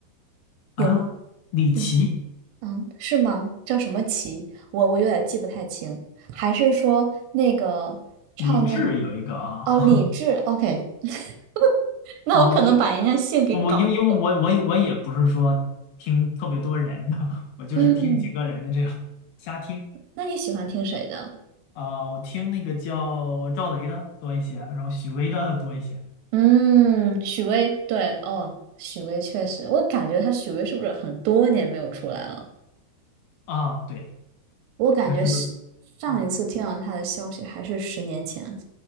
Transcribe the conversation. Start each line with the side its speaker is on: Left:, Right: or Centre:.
Right: 有吗？
Left: 啊，李琦、
Right: 有。嗯，是吗？叫什么琦？我我有点记不太清。还是说那个唱那
Left: 李志有一个啊
Right: 哦李志？OK，<laughs>
Left: <laughs>
Right: 那我可能把人家姓给搞混。
Left: 啊，我我因因为我我我也不是说听特别多人的，<laughs> 我就是听几个人的这样瞎听。
Right: 嗯，那你喜欢听谁的？
Left: 啊、我听那个叫赵雷的多一些，然后许巍的多一些
Right: 嗯，许巍，对，哦，许巍确实，我感觉他许巍是不是很多年没有出来了？
Left: 啊，对，
Right: 我感觉是上一次听到他的消息还是十年前。
Left: 但是嗯